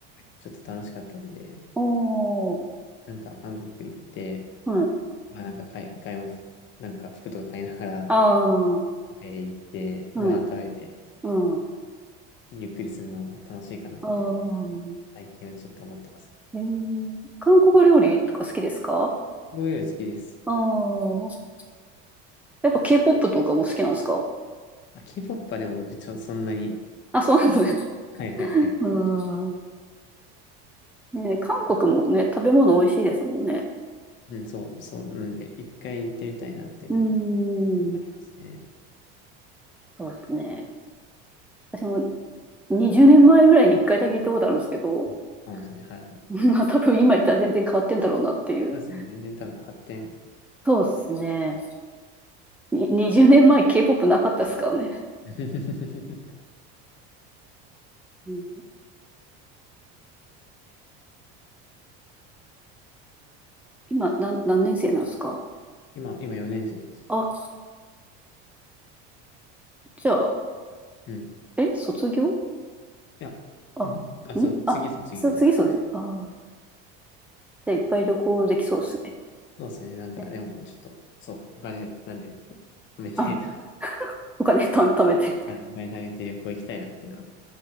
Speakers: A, on the left; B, in the centre.
A: ちょっと楽しかったんで、
B: おー。
A: なんか韓国行って、
B: はい。
A: まあなんか買い、買い物、なんか服とか買いながら、
B: ああ、は
A: えー行って、
B: い。
A: ご飯食べて、
B: うん。
A: ゆっくりするのも楽しいかなって、
B: ああ。
A: 最近はちょっと思ってます。
B: えー、韓国料理とか好きですか
A: 僕より好きです。
B: ああー。やっぱ K-POP とかも好きなんですか
A: あ、K-POP はでも僕ちょ、そんなに、
B: あ、そうなんですね。
A: はいはいはい。
B: うーん。ね、韓国もね、食べ物美味しいですもんね。
A: うん、そう、そう、なんで、一回行ってみたいなっていうのは
B: うーん。
A: ありますね。
B: そうですね。私も20年前ぐらいに1回だけ行ったことあるんですけど、
A: あ、そうなんですね。はいはい。
B: <laughs> まあ多分今行ったら全然変わってんだろうなっていう。
A: そうですね。全然多分発展。
B: そうですね。に20年前 K-POP なかったですからね。
A: <laughs>
B: うん今何、何年生なんですか
A: 今、今4年生です。
B: あ、じゃあ、
A: うん。い
B: え、卒業
A: や、
B: あ、
A: うんあ、そう、
B: んあ、
A: 次卒業です。
B: す次そうです。ああ。じゃあいっぱい旅行できそうですね。
A: そうですね。なんか、
B: ね
A: でも、ちょっと、そう、お金なんで、貯めて
B: あ、
A: <laughs>、
B: お金 <laughs> た、貯めて。
A: はい、お金貯めて旅行行きたいなっていうのは